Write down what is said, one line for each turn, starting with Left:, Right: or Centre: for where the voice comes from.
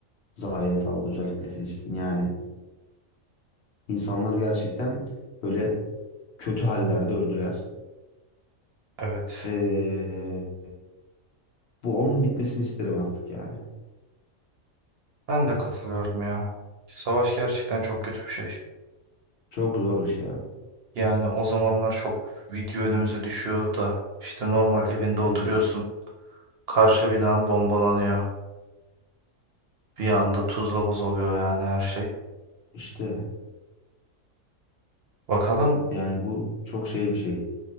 Left: zayiat aldı özellikle Filistin. Yani insanlar gerçekten böyle kötü hallerde öldüler.
Right: Evet.
Left: Ee, bu onun bitmesini isterim artık yani.
Right: Ben de katılıyorum ya. Savaş gerçekten çok kötü bir şey.
Left: Çok zor bir şey abi.
Right: Yani o zamanlar çok video önümüze düşüyordu da işte normal evinde oturuyorsun.
Left: Hı hı.
Right: Karşı binan bombalanıyor. Bir anda tuzla buz oluyor yani her şey.
Left: İşte
Right: Bakalım
Left: yani bu çok şey bir şey.